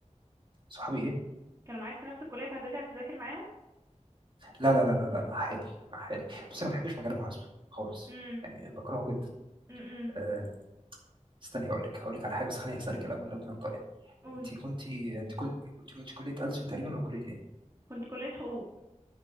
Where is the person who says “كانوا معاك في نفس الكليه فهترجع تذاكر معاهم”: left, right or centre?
Right